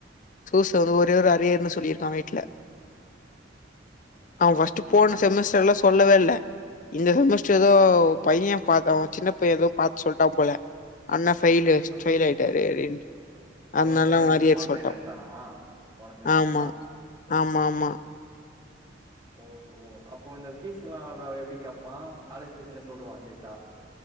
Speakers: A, on the left (about 40°); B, on the right (about 20°).
A: சூச வந்து ஒரே ஒரு ஆரியர்னு சொல்லிர் அவ வீட்ல
B: ம்
A: அவ ஃபஸ்ட் போன செமஸ்டர்லா சொல்லவே இல்ல இந்த செமஸ்டர் எதோ பைய பாத்தோ சின்ன பைய ஏதோ பாத் சொல்ட்டா போல அண்ணா ஃபெயிலு
B: ஆ
A: ஃபெயில் ஆய்ட்டாரு அப்டின்டு அத்னால
B: போன செம்ல எல்லாத்துலயும்
A: மாரியரு
B: பாஸ்
A: சொல்டான்
B: ஆயிட்டேன்ட்டானா போன செம்ல
A: ஆமா ஆமாம்மா
B: ஓஹோ அப்போ இந்த ஃபீஸ்ஸுலா வரு எப்டி கேப்பான் காலேஜ் ஃபீஸ்னே சொல்டுவான் ஸ்ட்ரைட்டா